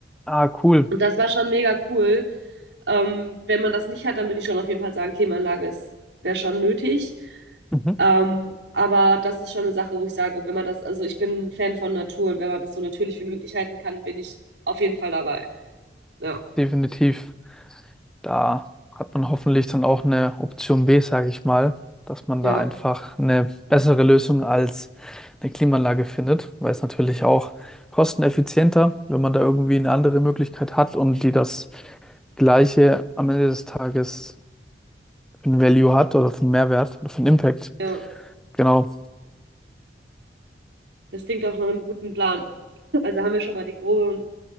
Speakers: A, in the centre; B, on the right (about 80°).
A: Ah, cool.
B: Und das war schon mega cool. Ähm, wenn man das nicht hat, dann würde ich schon auf jeden Fall sagen, Klimaanlage ist, wäre schon nötig.
A: Mhm.
B: Ähm, aber das ist schon eine Sache, wo ich sage, wenn man das, also ich bin ein Fan von Natur und wenn man das so natürlich wie möglich halten kann, bin ich auf jeden Fall dabei. Ja,
A: Definitiv. Da hat man hoffentlich dann auch eine Option B, sage ich mal, dass man
B: ja,
A: da einfach eine bessere Lösung als eine Klimaanlage findet, weil es natürlich auch kosteneffizienter, wenn man da irgendwie eine andere Möglichkeit hat und die das gleiche am Ende des Tages für einen Value hat oder für einen Mehrwert oder für einen Impact.
B: ja.
A: Genau,
B: Das klingt auch nach einem guten Plan. Also haben wir schon mal die grobe,